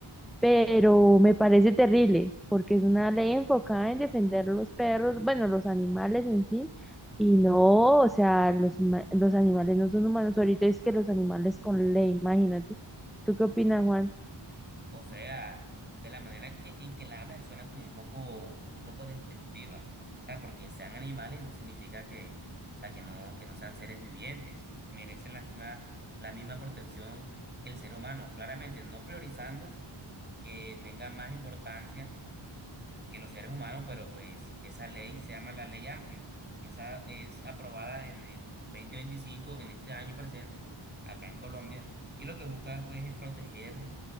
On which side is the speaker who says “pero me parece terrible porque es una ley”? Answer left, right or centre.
Centre